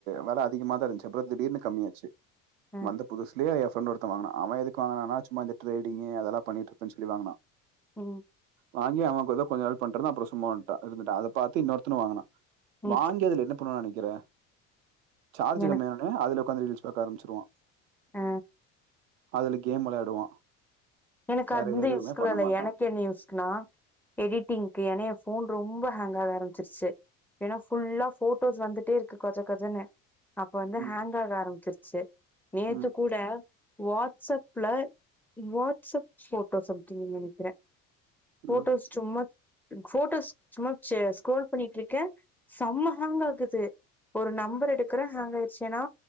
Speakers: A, on the right; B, in the centre.
A: வெல அதிகமா தா இருன்ச்சி அப் திடீர்னு கம்மியாச்சி
B: அ
A: வந்த புதுசுலே எப் ஃப்ரெண்டு ஒருத்த வாங்குனா அவ எதுக்கு வாங்கனானா சும்மா இந் ட்ரேடிங்கு அதொல்லா பண்ணிட்டு இருப்பேனு சொல்லி வாங்குனா
B: ம்
A: வாங்கி அவ எதோ கொஞ்ச நாள் பண்ட்ருந்தா அப்புறோ சும்மா இருந்துட்டு அத பாத்துட்டு இன்னோருத்தனோ வாங்கினா
B: ம்
A: வாங்கியதுல பண்ணணு நெனைக்கிற சார்ஜ்
B: எனக்கு
A: கம்மியா அதுல ஒக்காந்து ரீல்ஸ் பாக்க ஆரம்பிச்சிருவா
B: அ
A: அதுல கேம் வெளையாடுவான்
B: எனக்கு
A: வேற
B: அந்து
A: எதுவுமே
B: யூஸ்க்குல்லா
A: பண்ண
B: இல்ல
A: மாட்டான்.
B: எனக்கு என்ன யூஸ்க்குனா எடிட்டிங்க்கு எனி ஃபோன் ரொம்ப ஹாங்க் ஆக ஆரம்பிச்சிருச்சி ஏனா ஃபுல்லா ஃபோட்டோஸ் வந்துட்டே இருக்கு கொஜ கொஜன்னு அப்ப வந்து
A: ம்.
B: ஹாங் ஆக ஆரம்பிச்சிருச் செரி நேத்து
A: ம்.
B: கூட வாட்ஸ்அப்ல வோட் வாட்ஸ்அப் ஃபோட்டோ சம்திங்னு நெனைக்கிறேன் ஃபோட்டோஸ்
A: ம்.
B: சும்மா ஃபோட்டோஸ் சும்மா ஸ்கரோல் பண்ணிட்டு இருக்கேன் செம்ம ஹாங் ஆகுது ஒரு நம்பர் எடுக்கிற ஹாங் ஆயிருடுச்சேன்னா